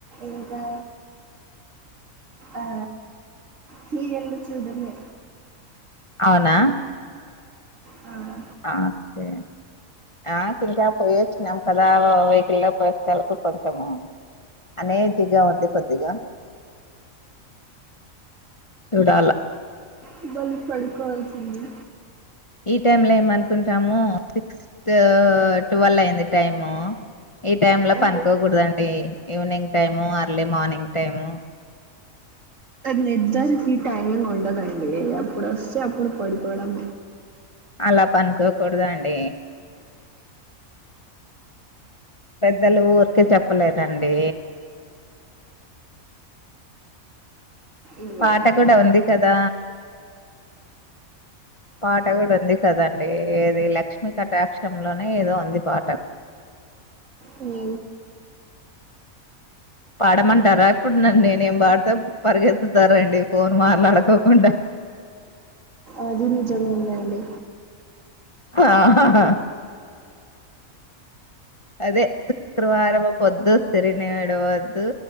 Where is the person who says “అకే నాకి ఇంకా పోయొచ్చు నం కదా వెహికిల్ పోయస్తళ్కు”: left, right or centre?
Left